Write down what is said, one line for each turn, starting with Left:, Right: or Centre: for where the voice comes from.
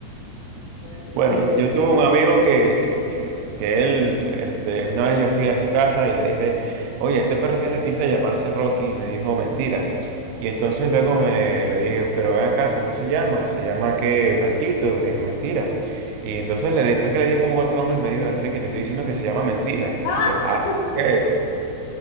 Left: Ay, muy
Right: Bueno,
Left: chistoso.
Right: yo tuve un amigo que, que, que, que él, este, una vez yo fui a su casa y le dije, oye, este perro tiene pinta de llamarse Rocky, y me dijo, mentira. Y entonces luego me, le dije, pero ven acá, ¿cómo se llama? ¿Se llama qué? Blanquito, me dijo, mentira. Y entonces le, después que le dije como cuatro nombres, me dijo, Enrique, te estoy diciendo que se llama mentira.
Left: ¡Ah!
Right: Y yo, ah, ok.